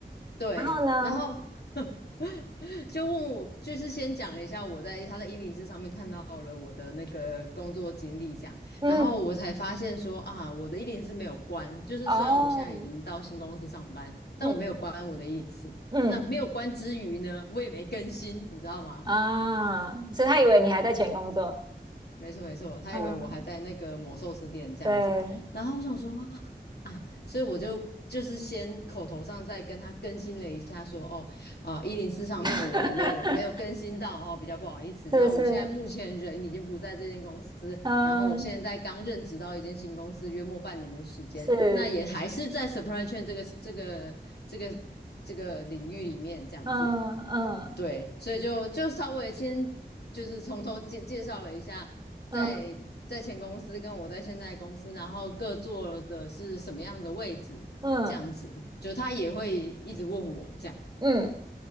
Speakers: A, on the left; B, on the right.
A: 对，
B: 然后呢？
A: 然后 <laughs> 就问我，就是先讲了一下我在他在一零四上面看到了我的那个工作经历，这样，
B: 嗯，
A: 然后我才发现说啊，我的一零四没有关，就是虽然我现在已经到新公司上班，
B: 哦，
A: 但我没有关我的一零四。
B: 嗯嗯
A: 那没有关之余呢，我也没更新，你知道吗？
B: 啊，所以他以为你还在前工作。
A: 没错没错，他以为我还在那个某寿司店这样子，
B: 嗯，对，
A: 然后我想说啊啊，所以我就就是先口头上再跟他更新了一下说，哦啊一零四上面我没有没有更新到哦，
B: <laughs>
A: 比较不好意思。
B: 是是，
A: 那我现在目前人已经不在这间公司，
B: 嗯
A: 然后我现在刚任职到一间新公司，约莫半年的时间，
B: 是，
A: 那也还是在 s u p p r y s h a i n 这个这个这个这个领域里面这样子。
B: 嗯嗯
A: 对，所以就就稍微先就是从头介介绍了一下，在在前公司跟我在现在公司，
B: 嗯
A: 然后各做的是什么样的位置，
B: 嗯
A: 这样子，就他也会一直问我这样，
B: 嗯，